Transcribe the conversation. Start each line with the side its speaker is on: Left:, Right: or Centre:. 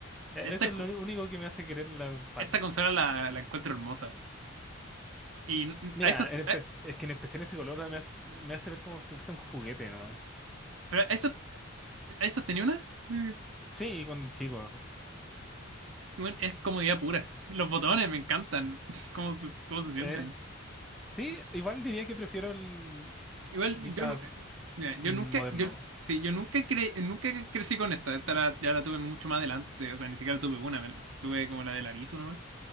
Centre: E-
Right: Esta,
Centre: Eso es
Right: ju-
Centre: lo único que me hace querer la Fat.
Right: esta consola la, la encuentro hermosa. Y n-
Centre: Mira,
Right: a eso,
Centre: en
Right: a-
Centre: espe- es que en especial ese color me, ha- me hace ver como si fuese un juguete nomás.
Right: pero a eso, a eso tenía una. Sí.
Centre: Sí, cuando chicos.
Right: Bueno, es comodidad pura. <laughs> Los botones me encantan. <laughs> ¿Cómo se, cómo se sienten?
Centre: eh, Sí, igual diría que prefiero el
Right: Igual
Centre: dipad
Right: yo, nu- mira, yo
Centre: mm,
Right: nunca,
Centre: moderno.
Right: yo, sí, yo nunca, cre- nunca crecí con esta, esta la- ya la tuve mucho más adelante, o sea, ni siquiera tuve una, me- tuve como la de Larizo nomás.